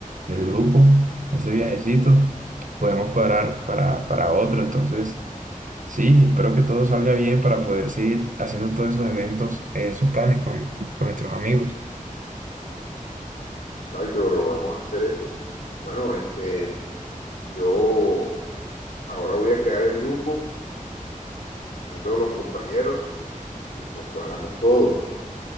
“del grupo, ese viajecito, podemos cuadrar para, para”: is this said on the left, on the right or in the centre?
Right